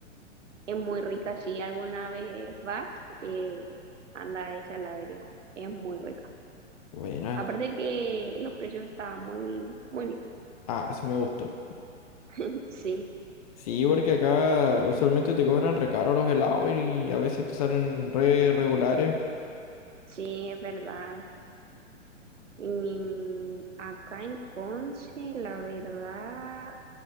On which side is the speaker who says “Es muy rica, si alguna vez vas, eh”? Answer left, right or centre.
Right